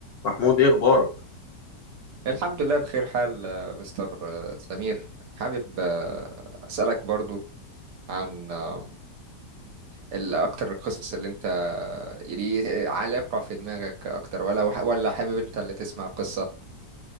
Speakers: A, on the left (about 60°); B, on the right (about 70°).
A: محمود ايه اخبارك
B: الحمد لله بخير حال آه، مستر آه، سمير حابب آه، أسألك برضو عن آه، ال- أكتر القصص اللي أنت يعني عالقة في دماغك أكتر ولا ولا حابب أنت اللي تسمع قصة